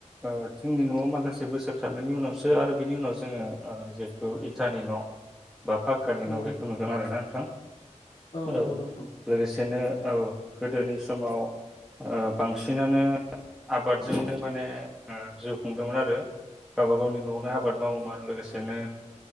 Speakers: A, in the centre; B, on the left (about 65°).
A: ओ थिंनि न'आव माखासे बोसोर थांनायनि उनावसो आरो बिनि उनाव जोङो ओ जिहेथु इटानि न' बा पााख्कानि न'
B: उम
A: बेखौ नुदों आरो ना। नोंथां।
B: नंगौ
A: औ
B: नोंथां
A: लोगोसेनो औ गोदोनि समाव ओ बांसिनानो आबादजोंनो माने ओ जिउ खुंदोंमोन आरो। गावबा गावनि न'आवनो आबाद मावोमोन। लोगोसेनो